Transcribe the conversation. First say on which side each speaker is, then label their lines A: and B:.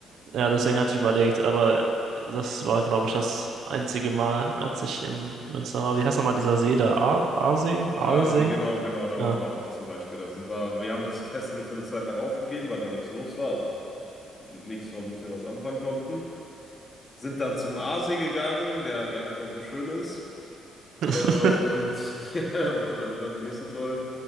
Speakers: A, on the right; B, on the left.
A: Ja, deswegen hatte ich überlegt, aber das war, glaube ich, das einzige Mal, als ich im Münster war. Wie heißt nochmal dieser See da? Ar- Aasee? Aalsee?
B: Ah, sehr genau, genau, da
A: Ja.
B: waren wir auch zum Beispiel. Da sind wir, wir haben das Festival für eine Zeit lang aufgegeben, weil da nichts los war. Also nichts, womit wir was anfangen konnten. Sind dann zum Aasee gegangen, der gar nicht mal so schön ist.
A: <laughs>
B: Äh, und <laughs> ja, also ich fand den nicht so toll.